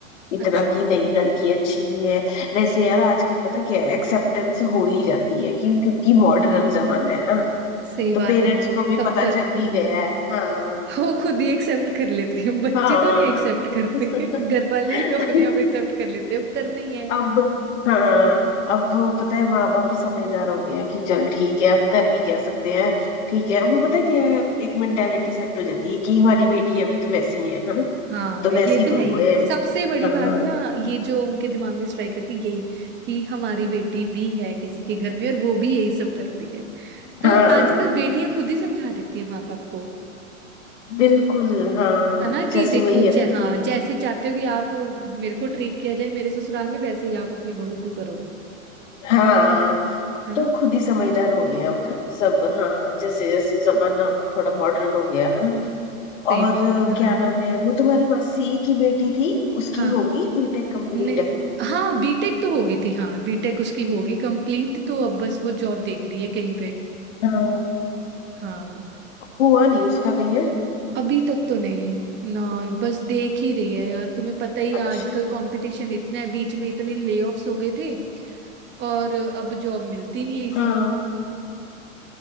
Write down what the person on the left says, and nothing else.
इतना
कि नहीं लड़की अच्छी नहीं है वैसे यार आजकल पता क्या है एक्सेप्टेंस हो ही जाती है क्यों क्योंकि मॉडर्न जमाना है ना
तो पेरेंट्स
को भी
पता
चल
ही गया है हाँ
हाँ
<laughs>
अब हाँ अब वो पता है माँ बाप भी समझदार हो गए हैं कि चल ठीक है अब कर भी क्या सकते हैं ठीक है वो पता क्या है एक मेंटेलिटी सेट हो जाती है कि हमारी बेटियां भी तो वैसी ही हैं है ना
तो वैसी
बहू
है
हाँ
हाँ
बिल्कुल हाँ
जैसे
वही
है ना
कि
हाँ
तो खुद ही समझदार हो गए हैं अब ना सब हाँ जैसे जैसे जमाना थोड़ा मॉडर्न हो गया है ना
और
अ,
क्या
नाम है वो तुम्हारी मासी की बेटी थी उसकी
होगी बीटेक कंप्लीट
हाँ
हुआ नहीं उसका कहीं है
अच्छा
हाँ